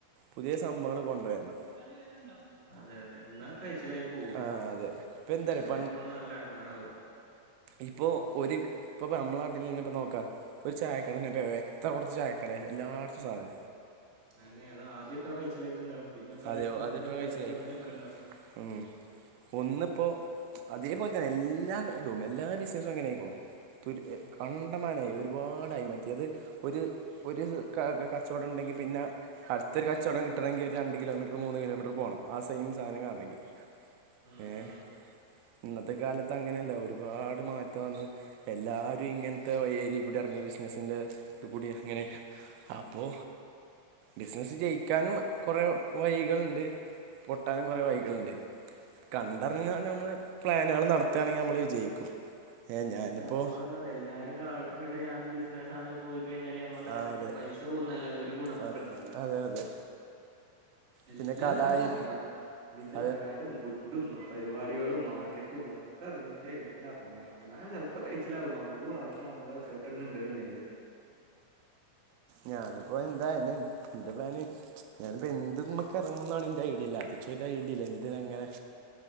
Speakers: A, on the right; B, on the right.
A: പുതിയ സംഭവങ്ങള് കൊണ്ട് വരണം
B: ജ്ജാണ്ട് വെരുണ്ടോ അതെ അതെ ഇന്നാ കൈച്ചിലായി പോവും
A: ആ അതെ ഇപ്പം എന്താ പറയുക
B: അല്ലെ നമ്മള് നല്ല എടങ്ങാറാവും
A: ഇപ്പൊ ഒര് ഇപ്പപ്പൊ അമ്മളെ നാട്ടിലെന്നെ ഇപ്പ നോക്കാ ഒര് ചായക്കടന്നെപ്പ എവെ ത്തവ്ടത്ത് ചായക്കടെ എല്ലാടത്തും സാധന
B: ആന്നെ അതാ ആദ്യട്ടോൻ കഴിച്ചിലായിട്ടുണ്ടാവും പിന്നെ ട്ടോലൊക്കെങ്ങനെ
A: അതെയോ അത് എത്ര
B: തരിച്ചുടിച്ച്
A: കഴിച്ചിലായി
B: നിക്ക്‌ണ്ടാവും
A: ഉം ഒന്ന്പ്പോ അതേപോലെ തന്നെ എല്ലാ ഇതും എല്ലാ ബിസിനസ്സും അങ്ങനെ ആയിക്ക്‌ണു തുര് എ
B: ഉം
A: കണ്ടമാനായി ഒരുപാടായി മെ ത്തിയത് ഒര് ഒര് ക കച്ചോടം ണ്ടെങ്കി പിന്ന അട്‌ത്തൊരു കച്ചോടം കിട്ടണെങ്കി ഒരു രണ്ട് കിലോമീറ്റർ മൂന്ന് കിലോമീറ്റർ പോണം ആ സെയിം സാനം കാൺണെങ്കി
B: ഉം
A: ഏഹ്
B: ഉം
A: ഇന്നത്തെ കാലത്ത് അങ്ങനെ എല്ലാവരും. പാട് മാറ്റം വന്ന് എല്ലാരും ഇങ്ങനത്തെ ഏരിയേകൂടി എറങ്ങി ബിസിനസിന്റെ ത് കൂടി ഇങ്ങനെ. അപ്പോ ബിസിനസ്സ് ജയിക്കാനും കൊറെ വഴികള് ണ്ട്. പൊട്ടാനും കൊറെ
B: അതെ
A: വൈക് ന്റെ കണ്ടറിഞ്ഞാണ്ട് മ്മള് പ്ലാനേള് നടത്താണെങ്കി മ്മള് വിജയിക്കും ഏ ഞാനിപ്പോൾ
B: ഇപ്പത്തെ മ്മളെന്താന്നൊ എല്ലാരും കാട്ട്ണണ്ടിട്ട് ഞാനും ബിസിനസ്സാണ് പോയി ക്കയിഞ്ഞാല് മ്മള്ടെ
A: ആ
B: കജ്ജ്
A: അതെ
B: ത്തെ പൈസ പോവുന്നല്ലാതെ ഒരു ഗുണം നമ്മക്ക്ണ്ടാവൂല.
A: അ- അതെ അതെ
B: എല്ലാതും
A: പിന്നെ കടായി
B: നമ്മക്കറിയണം ഇതിന്റെ
A: അതെ
B: ബാഡും ഗുഡും പരിപാടിയേളും മാർക്കറ്റും ഒക് ക്കർഞ്ഞിട്ട് അയ്മക്കാണെറങ്ങണം. ന്നാല് ചെല് പ്പം കയ്ച്ചിലാവും നമ്മക് ഭാഗ് ഗ്യാ മ്മള് എഫേർട്ട്ട്‌ന്ന്ണ്ടെങ്കില്
A: ഞാന് പ്പോ എന്താ അയ്നു ന്റെ പ്ലാന് ചും ഞാന്പ്പോ എന്ത്മ്മക്ക് എറങ്ങുന്നാണ് ന്റെ ഐഡിയല്ലാത്തെ, ച്ചൊരു ഐഡിയല്ല എന്തിനങ്ങനെ